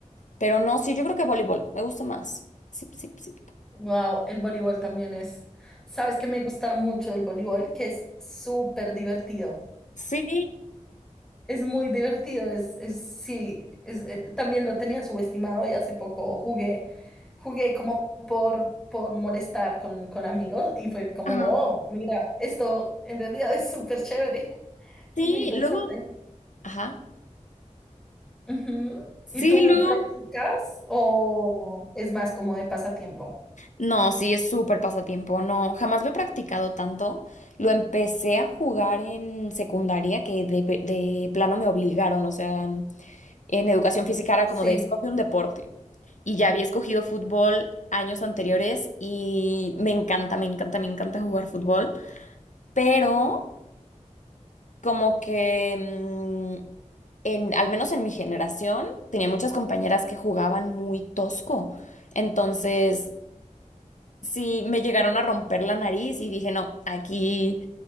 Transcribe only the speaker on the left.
pero no, sí, yo creo que voleibol me gusta más. Sí, sí, sí.
Sí,
Ajá.
Sí,
luego, ajá.
sí,
luego.
No, sí, es súper pasatiempo. No, jamás lo he practicado tanto. Lo empecé a jugar en secundaria que de, pe- de plano me obligaron. O sea, En educación física era
como de escoge un deporte. Y ya había escogido fútbol años anteriores y me encanta, me encanta, me encanta jugar fútbol. Pero como que, mm, en, al menos en mi generación, tenía muchas compañeras que jugaban muy tosco. Entonces, sí, me llegaron a romper la nariz y dije, no, aquí